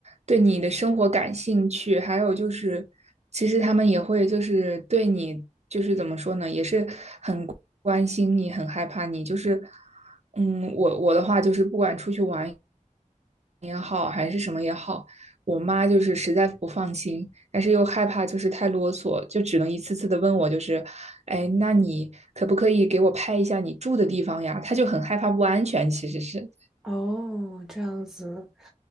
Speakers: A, on the right; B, in the centre.
A: 对你的生活感兴趣，还有就是，其实他们也会就是对你就是怎么说呢，也是很关心你，很害怕你。就是，嗯，我我的话就是，不管出去玩也好，还是什么也好，我妈就是实在不放心，但是又害怕就是太啰嗦，就只能一次次的问我，就是，哎，那你可不可以给我拍一下你住的地方呀？她就很害怕不安全，其实是。
B: 哦，这样子，